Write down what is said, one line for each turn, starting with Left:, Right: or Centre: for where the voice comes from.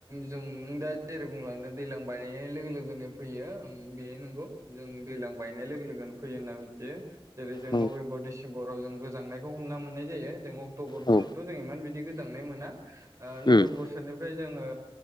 Right: जों दा जेरै बुंलांदों दैलां बायनाय लोगो लोगोनो फैयो उम बेयो नंगौ जों दैज्लां बायनाय लोगो लोगोनो फैयो होनना मिथियो जेरै जों नभेम्बर,
Left: औ
Right: डिसेम्बराव जों गोजांनायखौ हमना मोननाय जायो। जों अक्ट'बरफोरावथ'
Left: औ
Right: जों इमान बिदि गोजांनाय मोना ओ
Left: उम
Right: नभेम्बरसोनिफ्राय जों ङो